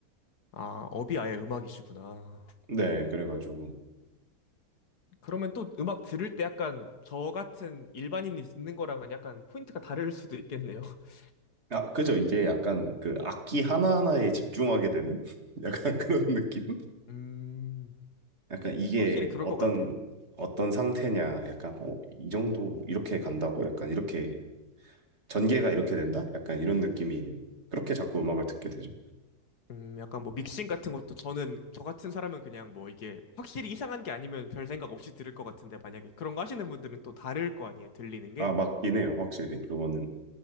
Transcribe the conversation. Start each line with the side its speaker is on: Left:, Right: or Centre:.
Left: 아, 업이 아예 음악이시구나.
Right: 네, 그래가지고.
Left: 그러면 또 음악 들을 때 약간 저 같은 일반인이 듣는 거랑은 약간 포인트가 다를 수도 있겠네요. <laughs>
Right: 아, 그죠. 이제 약간 그 악기 하나하나에 집중하게 되는 <laughs> 약간 그런 느낌?
Left: 음,
Right: 약간 이게
Left: 확실히 그럴
Right: 어떤,
Left: 것 같아요.
Right: 어떤 상태냐. 약간, 어, 이 정도 이렇게 간다고? 약간 이렇게 전개가 이렇게 된다? 약간 이런 느낌이 그렇게 자꾸 음악을 듣게 되죠.
Left: 음, 약간 뭐 믹싱 같은 것도 저는 저 같은 사람은 그냥 뭐 이게 확실히 이상한 게 아니면 별 생각 없이 들을 것 같은데 만약에 그런 거 하시는 분들은 또 다를 거 아니에요, 들리는 게.
Right: 아, 맞긴 해요. 확실히. 그거는.